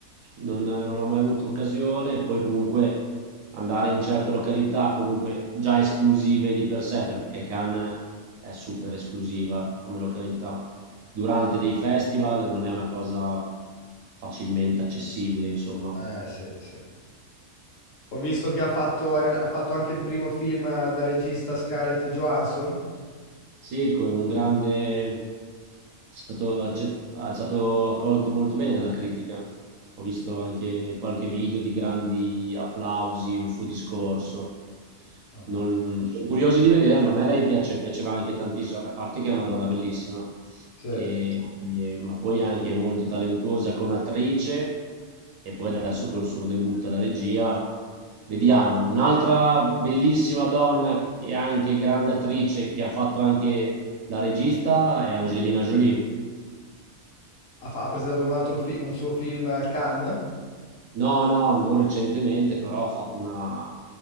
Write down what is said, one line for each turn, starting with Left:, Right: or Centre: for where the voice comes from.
Right: non, non ho mai avuto occasione, poi comunque andare in certe località comunque già esclusive di per sé, perché Cannes è super esclusiva come località, durante dei festival non è una cosa facilmente accessibile, insomma.
Left: Eh, sì, sì. Ho visto che ha fatto, ha rila- ha fatto anche il primo film eh, da regista Scarlett Johansson.
Right: Sì, con un grande... È stato, accett- è stato accolto molto bene dalla critica. Ho visto anche qualche video di grandi applausi, un suo discorso.
Left: Ah,
Right: Non- Sono curioso di vederlo. A me lei piace- piaceva anche tantissimo, a parte che è una donna bellissima
Left: Sì.
Right: e- e- ma poi anche molto talentuosa come attrice e poi adesso col suo debutto alla regia. Vediamo, un'altra bellissima donna che è anche grande attrice, che ha fatto anche la regista, è Angelina Jolie.
Left: Ha, fa- ha presentato un altro fi- un suo film a Cannes.
Right: No, no, non recentemente, però ha fatto una,